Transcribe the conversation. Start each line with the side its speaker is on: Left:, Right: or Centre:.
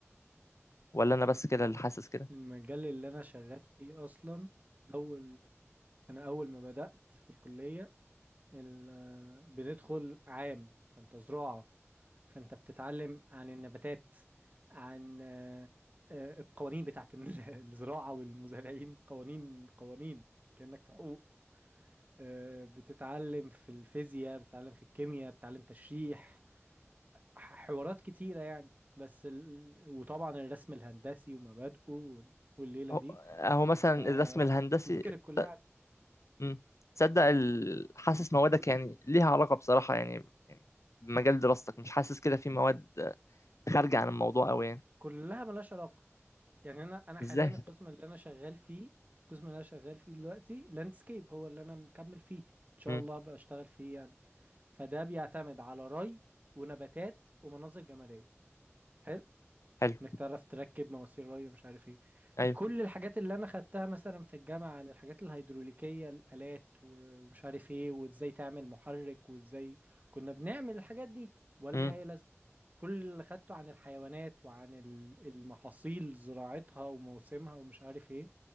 Left: ولا
Right: <laughs>
Left: انا بس كده اللي حاسس كده
Right: المجال اللي انا شغال فيه اصلا اول انا اول ما بدأت في الكلية ال... بندخل عام فانت زراعة فانت بتتعلم عن النباتات عن آه، آه، القوانين بتاعت ال- <laughs> الزراعة والمزارعين قوانين قوانين كأنك في حقوق آه، بتتعلم في الفيزياء بتتعلم في الكيمياء بتتعلم تشريح ح- حوارات كتيرة يعني بس ال... وطبعا الرسم الهندسي ومبادئه وال- والليلة
Left: اهو
Right: دي
Left: أهو مثلا
Right: فيمكن
Left: الرسم الهندسي
Right: الكلية
Left: ت- مم. تصدق ال... حاسس موادك
Right: عندنا
Left: يعني ليها علاقه بصراحه يعني يعني بمجال دراستك مش حاسس كده في مواد خارجه عن الموضوع قوي يعني
Right: كلها ملهاش علاقة يعني أنا أنا حاليا
Left: ازاي
Right: القسم اللي أنا شغال فيه القسم اللي أنا شغال فيه دلوقتي لاندسكيب هو اللي أنا مكمل فيه إن شاء
Left: مم.
Right: الله أبقى أشتغل فيه يعني فده بيعتمد على ري ونباتات ومناظر جمالية حلو
Left: حلو
Right: انك تعرف تركب مواسير ري ومش عارف ايه
Left: ايوه
Right: كل الحاجات اللي انا خدتها مثلا في الجامعة عن الحاجات الهيدروليكية الآلات و- ومش عارف ايه وازاي تعمل محرك وازاي كنا بنعمل الحاجات دي ولا
Left: مم.
Right: ليها اي لازمة كل اللي خدته عن الحيوانات وعن ال- المحاصيل زراعتها وموسمها ومش عارف ايه